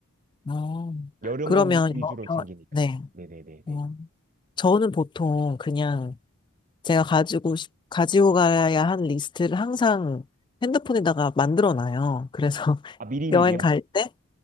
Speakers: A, on the left (about 20°); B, on the right (about 35°).
A: 어,
B: 여름
A: 그러면,
B: 옷 위주로
A: 여-
B: 챙기니까.
A: 여- 네.
B: 네네네네.
A: 어, 저는 보통 그냥 제가 가지고 싶, 가지고 가야 할 리스트를 항상 핸드폰에다가 만들어 놔요. 그래서 <laughs>
B: 아, 미리미리요?
A: 여행 갈 때,